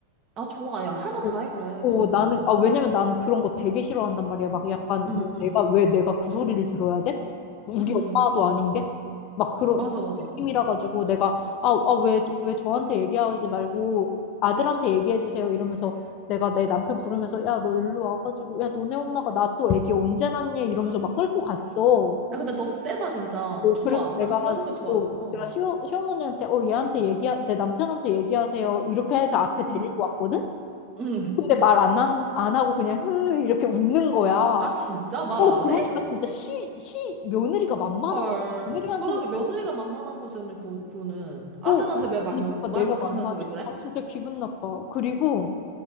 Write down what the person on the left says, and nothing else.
어,
어,
나는, 아, 왜냐면 나는 그런 거 되게 싫어한단 말이야. 막 약간,
뭐
내가, 왜 내가 그 소리를 들어야 돼? 우리
엄마도 아닌 게? 막 그런
느낌이라 가지고 내가, 아, 아, 왜, 왜 저한테 얘기하지 말고 아들한테 얘기해 주세요. 이러면서 내가 내 남편 부르면서, 야, 너 일로 와가지고, 야, 너네 엄마가 나 또 애기 언제 낳니? 이러면서 막 끌고 갔어. 어,
그래서 내가,
어,
내가 시어, 시어머니한테, 어, 얘한테 얘기 내 남편한테 얘기하세요. 이렇게 해서 앞에
데리고 왔거든?
근데 말 안 안 하고 그냥 흐 이렇게 웃는 거야.
어
그러니까
진짜 시, 시 며느리가 만만한
거 며느리한테만
그러는
거 아니
아니
그러니까
내가
만만해?
아 진짜 기분 나빠. 그리고